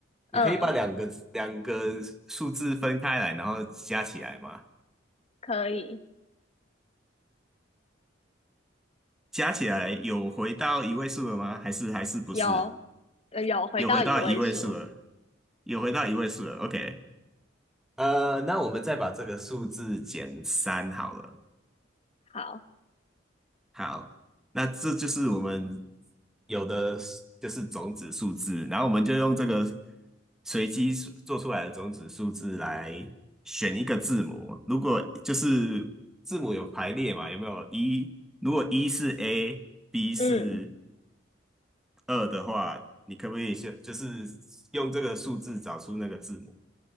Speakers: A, in the centre; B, on the left.
A: 你可以把两个两个数字分开来，
B: 嗯，
A: 然后加起来嘛。
B: 可以，
A: 加起来有回到一位数了吗？还是还是不是？
B: 有，呃有回到一位数，
A: 有回到一位数了，有回到一位数了。OK，呃，那我们再把这个数字减三好了。
B: 好，
A: 好，那这就是我们有的是就是种子数字，然后我们就用这个随机数做出来的种子数字来选一个字母。如果就是字母有排列嘛，有没有一？如果一是 A，B 是
B: 嗯，
A: 二的话，你可不可以先就是用这个数字找出那个字母？